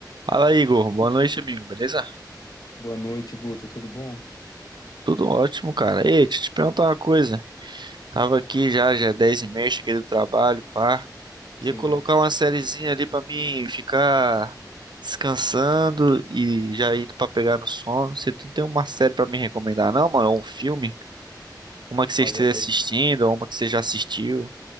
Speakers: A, on the right; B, on the left.
A: Fala, Igor. Boa noite, amigo. Beleza?
B: Boa noite, Guto. Tudo bom?
A: Tudo ótimo, cara. Ei, deixa eu te perguntar uma coisa. Tava aqui já, já é 10h30, cheguei do trabalho, pá.
B: Sim.
A: Ia colocar uma sériezinha ali pra mim ficar descansando e já indo pra pegar no sono. Você não tem uma série pra me recomendar, não, mano? Ou um filme? Uma que você
B: Olha,
A: esteja assistindo,
B: eu
A: ou uma que você já assistiu?